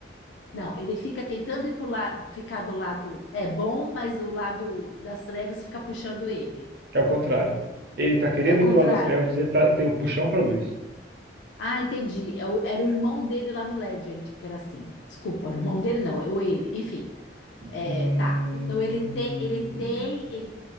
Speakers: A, on the left; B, on the right.
A: Não, ele fica tentando ir pro lado, ficar do lado é bom, mas o lado das trevas fica puxando ele.
B: É o contrário. Ele tá querendo
A: É o
B: ir
A: contrário.
B: pro lado das trevas, mas ele, tá, ele tem o puxão pra luz.
A: Ah, entendi. É o- Era o irmão dele lá no Legend, que era assim. Desculpa, o irmão dele não, ou ele, enfim.
B: Hum,
A: É, tá. Então ele tem, ele tem, ele